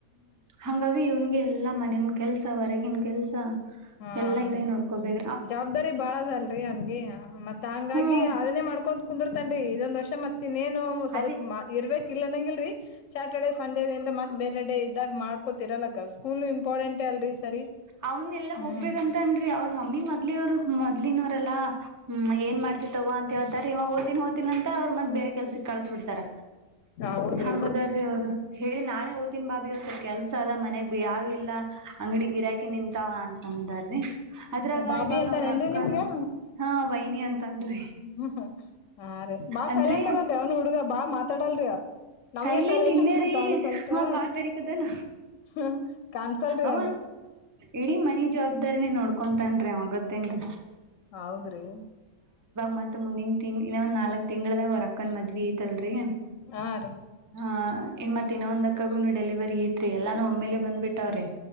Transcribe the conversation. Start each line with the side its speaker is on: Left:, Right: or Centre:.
Right: ಹಂಗಾಗಿ ಇವನ್ಗೆ ಎಲ್ಲಾ ಮನನ್ ಕೆಲ್ಸ ಹೊರಗನ್ ಕೆಲ್ಸ
Left: ಹಾ
Right: ಎಲ್ಲಾ ಇವೇ
Left: ರೀ
Right: ನೋಡ್ಕೋಬೇಕು
Left: ಜವಾಬ್ದಾರಿ ಬಾಳ ಅದಲ್ರರಿ ಅವನ್ಗೆ ಮತ್ತತ್ ಹಂಗಾಗಿ
Right: ಹ್ಮ್
Left: ಅದನ್ನೇ ಮಾಡ್ಕೊ ಕುಂದರ್ತನ್ೀ ಇದೊಂದಷ್ಟ ಷ ಮತ್ತ ಇನ್ನೇನು ಸ್ವಲ್ಪ
Right: ಅದೇ
Left: ಇರ್ಬೇಕ ಇಲ್ಲ ನಂಗಗೆಲ್ರರಿ ಸ್ಯಾಟರ್ಡೆೇ ಸಂಡೇದಿಂದ ಮತ್ತ ಬೇರೆಡೆ ಇದ್ದಾಗ್ ಮಾಡ್ಕೋತಿರಲ್ಲಕ ಸ್ಕೂಲ್ ಇಂಪಾರ್ಟೆಂಟ್ ಅಲ್ರರಿ ಸರಿ
Right: ಅವನ್ ಎಲ್ಲಾ ಹೋಗ್ಬೇಕಂತ
Left: ಹ್ಮ್
Right: ರಿ ಅವ್ರ ಮಮ್ಮಿ ಮೊದ್ಲ ಅವರು ಮೊದ್ಲಿನವರೆಲ್ಲಾ ಹ್ಮ ಏನ್ ಮಾಡ್ತಿತ್ತ ೋಗ ಅಂತ ಹೇತಾರೆ ಇವ ಹೋತಿನಿ ಹೋತಿನ ನಂತರ್ ಅವರು ಮತ್ತೆ ಬೇ ಕೆಲ್ಸ ಕಳಸ ಬಿಡ್ತಾರ
Left: ಹೌದ್ರಿ
Right: ಹಂಗದರೀ ಅವ್ರು ಹೇಳಿ ನಾಳೆ ಹೋ್ತೀನ್ ಬಾಬಿಸ ಕೆಲ್ಸ ಸದ ಮನೆಗ್ ಯಾರು ಇಲ್ಲ ಅಂಗಡಿ ಗಿರಾಕಿ ನಿಂತಾವ ಅಂತ ಚಂದಾರಿ ಅದ್ರಾಗ
Left: ಬಾಬಿ
Right: ಇವಾಗ
Left: ಅಂತಾನೇನ್ರಿ
Right: ಅವ್ರ ಅಕ್ಕನ
Left: ನಿಮ್ಗ
Right: ಹಾ ವೈನಿ ಅಂತನ್ರಿ
Left: ಹ್ಮ್ ಹ್ಮ ಹಾ ರೀ ಬಾಳ್
Right: ಅಂದ್ರೆ
Left: ಸೈಲೆಂಟ್ ಅದೇನ್ರಿ ಅವ್ನ ಹುಡುಗ ಬಾಳ ಮಾತಾಡಲ್ರಿ ನಮಗೆೇ
Right: ಸೈಲೆಂಟ್
Left: ಸರ್
Right: ಇಲ್ಲೇರಿ
Left: ನಿ್ಣ ತಾನು ಸಲ್ಟಾ
Right: ಅವ ಬಾಳ್ ಬೆರಿಕದನ
Left: ಹ್ಮ ಕಾಣಸಲ್ರಿಿ
Right: ಅವ
Left: ಹೆಂಗ
Right: ಇಡೀ ಮನಿ ಜವಾಬ್ದಾರಿನೇ ನೋಡ್ಕೊಂತನ್ರಿ ಗೊತ್ತ್ತೇನ್ರ
Left: ಹೌದ್ರಿ
Right: ಮತ್ ಮುಂದಿನ ತಿಂಗ್ ಇನ್ನೊ ಒ್ ನಾಲ್ಕ್ ತಿಂಗಂಗಳದಾಗ್ರ್ ಅಕ್ಕನ್ ಮದ್ವಿ ಐತಲ್ರರಿ
Left: ಹಾ ರೀ
Right: ಹಾ ಇನ್ ಮತ್ತ ಇನ್ನ ಒಂದಕ್ಕಗುನು ಡೆಲಿವರಿ ಐತ್ರಿ ಎಲ್ಲಾನು ಒಮ್ಮೇಲೆ ಬಂದ್ಬಿಟ್ಟಾವ್ರಿ